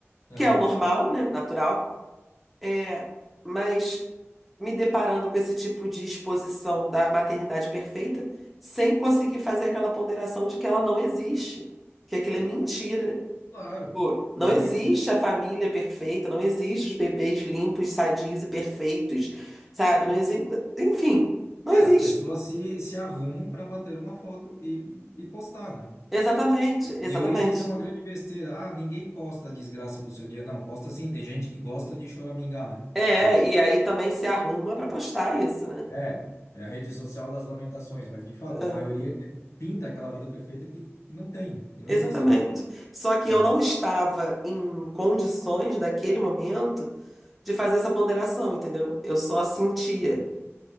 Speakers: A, on the left; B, in the centre.
A: Ah,
B: que é o normal, né? Natural. É, mas me deparando com esse tipo de exposição da maternidade perfeita, sem conseguir fazer aquela ponderação de que ela não existe, que aquilo é mentira
A: claro.
B: Pô, não
A: Ninguém...
B: existe a família perfeita, não existe os bebês limpos, sadios e perfeitos, sabe? Não existe, enfim, não
A: É,
B: existe.
A: as pessoas se, se arrumam para bater uma foto e, e postar, né?
B: Exatamente,
A: E
B: exatamente.
A: eu ia dizer uma grande besteira. Ah, ninguém posta a desgraça do seu dia. Não, posta sim. Tem gente que gosta de choramingar, né?
B: É,
A: Que o
B: e aí também se arruma para postar isso, né?
A: é, é a rede social das lamentações. Mas, de fato,
B: É,
A: a maioria que- que pinta aquela vida perfeita que, que não tem, né? Que não
B: exatamente.
A: existe, na verdade.
B: Só que
A: Aham,
B: eu não estava em condições daquele momento de fazer essa ponderação, entendeu? Eu só sentia.